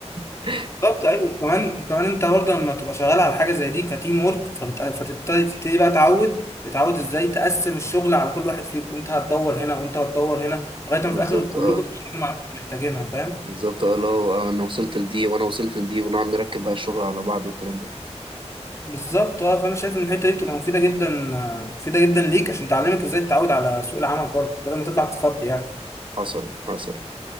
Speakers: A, on the right (about 45°); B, on the left (about 25°).
A: <laughs>
B: بالظبط ايوه وكمان وكمان انت برضه لما تبقى شغال على حاجه زي دي كتيم ورك فبت- فتبتدي تبتدي بقى تعود تتعود ازاي تقسم الشغل على كل واحد فيكم انت هتدور هنا وانت هتدور هنا لغايه ما
A: بالظبط
B: في الاخر كلكم
A: اه
B: تشتغلوا مع اللي محتاجينها فاهم
A: بالظبط اه اللي هو آه، انا وصلت لدي وانا وصلت لدي ونقعد نركب بقى الشغل على بعض والكلام ده
B: بالظبط اه فانا شايف ان الحته دي بتبقى مفيده جدا آه، مفيده جدا ليك عشان تعلمك ازاي تتعود على سوق العمل بره بدل ما تطلع تتخض يعني
A: حصل حصل